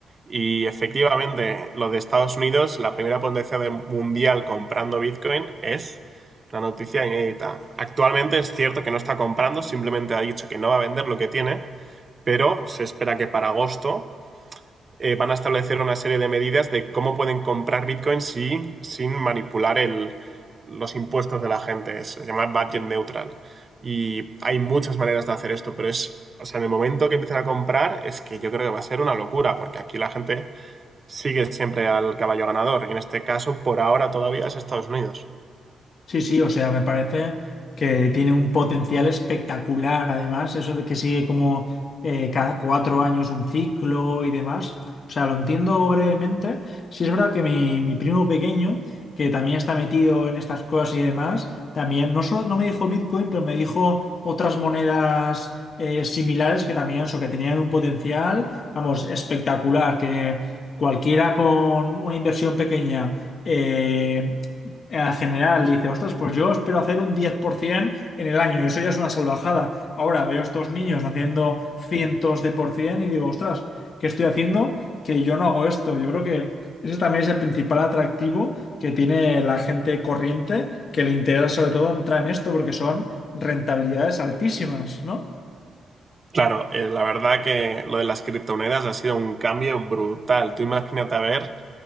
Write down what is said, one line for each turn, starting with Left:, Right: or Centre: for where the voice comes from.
Right: Y efectivamente, lo de Estados Unidos, la primera potencia de- mundial comprando Bitcoin es una noticia inédita. Actualmente es cierto que no está comprando, simplemente ha dicho que no va a vender lo que tiene, pero se espera que para agosto eh, van a establecer una serie de medidas de cómo pueden comprar Bitcoin si, sin manipular el, los impuestos de la gente. Se llama budget neutral. Y hay muchas maneras de hacer esto, pero es, o sea, en el momento que empiezan a comprar, es que yo creo que va a ser una locura, porque aquí la gente sigue siempre al caballo ganador. Y en este caso, por ahora todavía es Estados Unidos.
Left: Sí, sí, o sea, me parece que tiene un potencial espectacular, además, eso de que sigue como eh, cada cuatro años un ciclo y demás. O sea, lo entiendo brevemente. Sí es verdad que mi, mi primo pequeño, que también está metido en estas cosas y demás, también no solo no me dijo Bitcoin, pero me dijo otras monedas eh, similares que también, eso, que tenían un potencial, vamos, espectacular, que cualquiera con una inversión pequeña eh, a general dice, ostras, pues yo espero hacer un 10% en el año, y eso ya es una salvajada. Ahora veo a estos niños haciendo cientos de por ciento y digo, ostras, ¿qué estoy haciendo? Que yo no hago esto. Yo creo que ese también es el principal atractivo que tiene la gente corriente, que le interesa sobre todo entrar en esto porque son rentabilidades altísimas, ¿no?
Right: Claro, eh, la verdad que lo de las criptomonedas ha sido un cambio brutal. Tú imagínate a ver